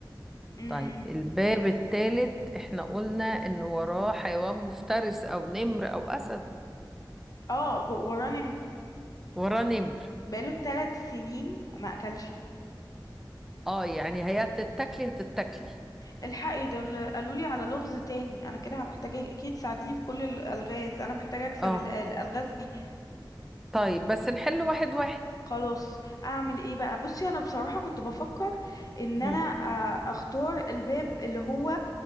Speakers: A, on the left (about 45°); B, in the centre.
A: امم
B: طيب الباب التالت احنا قلنا ان وراه حيوان مفترس او نمر او اسد
A: اه جو- وراه نمر
B: وراه نمر
A: بقاله ثلاث سنين ما اكلش
B: اه يعني هي هتتاكلي هتتاكلي
A: مم. الحقي ده قالوا لي على لغز تاني انا كده محتاجه اكيد تساعديني في كل الالغاز انا محتاجه اكسب
B: اه
A: ال- الالغاز دي
B: طيب بس نحل واحد واحد
A: خلاص اعمل ايه بقى بصي انا بصراحه كنت بفكر ان
B: مم.
A: انا آه، اختار الباب اللي هو